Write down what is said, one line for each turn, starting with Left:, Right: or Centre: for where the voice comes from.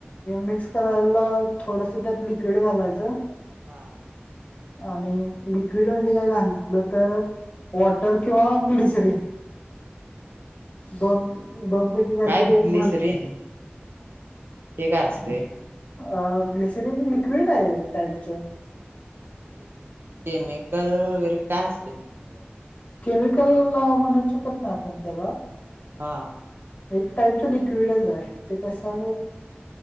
Left: मिक्स करायला थोडस त्यात लिक्विड घालायचं.
Right: हा.
Left: आणि लिक्विड म्हणजे काय घातलं तर वॉटर किंवा ग्लिशरी दोन. बंपची बात
Right: काय
Left: तरी
Right: ग्लिसरीन
Left: हा.
Right: ते काय असते
Left: अ ग्लसिरीन लिक्विड आहे टाइपच.
Right: म्हणजे केमिकल वगैरे काय असते नेमकं?
Left: केमिकल म्हणू शकत नाही आपण त्याला.
Right: हा.
Left: एक टाईपच लिक्विडच आहे ते कशा